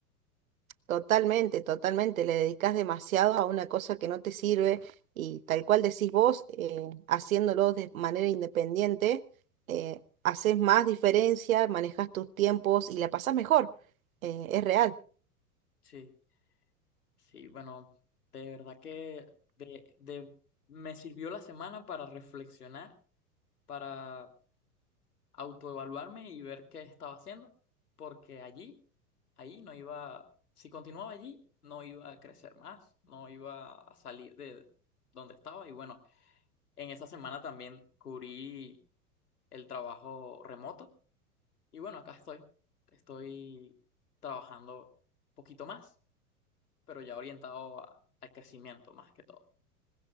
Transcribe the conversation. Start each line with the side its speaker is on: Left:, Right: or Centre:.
Right: Totalmente, totalmente. Le dedicas demasiado a una cosa que no te sirve y tal cual decís vos, eh, haciéndolo de manera independiente, eh, haces más diferencia, manejas tus tiempos y la pasás mejor. Eh, es real.
Left: Sí, sí, bueno, de verdad que de, de, me sirvió la semana para reflexionar, para autoevaluarme y ver qué estaba haciendo, porque allí, ahí no iba, si continuaba allí, no iba a crecer más, no iba a salir de donde estaba. Y bueno, en esa semana también cubrí el trabajo remoto. Y bueno, acá estoy. Estoy trabajando un poquito más, pero ya orientado a- al crecimiento más que todo.